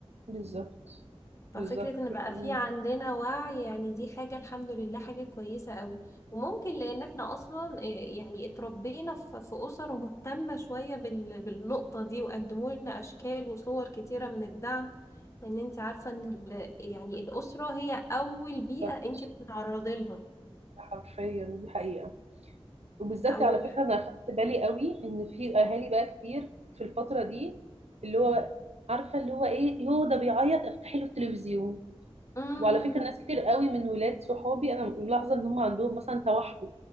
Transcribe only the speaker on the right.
بالظبط
بالظبط
يعني
بالظبط،
حرفيا دي حقيقه وبالذات
على فكره انا اخدت بالي قوي ان في اهالي بقى كتير في الفتره دي اللي هو عارفه اللي هو ايه هو ده بيعيط افتحي له التلفزيون
وعلى فكرة ناس كتير قوي من ولاد صحابي انا ملاحظة ان هم عندهم مثلا توحد